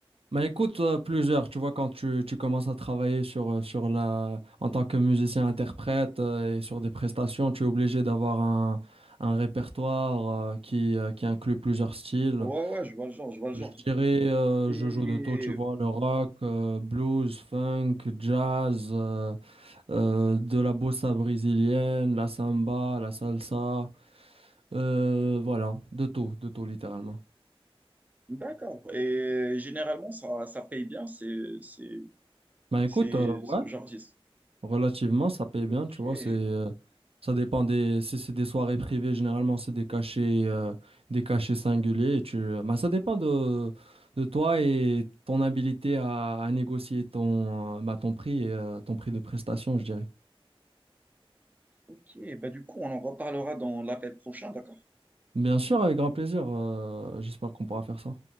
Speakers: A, on the right; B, on the right.
A: Bah écoute, euh, plusieurs, tu vois, quand tu, tu commences à travailler sur, euh, sur la, en tant que musicien-interprète euh, et sur des prestations, tu es obligé d'avoir un, un répertoire euh, qui, euh, qui inclut plusieurs styles.
B: Ouais, ouais, je vois le genre, je vois le
A: Je
B: genre.
A: dirais, euh,
B: Et
A: je joue de tout, tu vois, le rock, euh, blues, funk, jazz, euh, euh, de la bossa brésilienne, la samba, la salsa, euh, voilà, de tout, de tout littéralement.
B: d'accord. Et généralement, ça, ça paye bien. C'est, c'est,
A: Bah écoute,
B: c'est,
A: euh, ouais.
B: c'est- genre, c'est-
A: Relativement, ça paye
B: ok,
A: bien, tu vois, c'est euh, ça dépend des si c'est des soirées privées, généralement c'est des cachets euh, des cachets singuliers et tu euh, bah, ça dépend de de toi et ton habilité à, à négocier ton euh, bah, ton prix et euh, ton prix de prestation, je dirais.
B: ok. Bah, du coup, on en reparlera dans l'appel prochain, d'accord?
A: Bien sûr, avec grand plaisir. euh, j'espère qu'on pourra faire ça.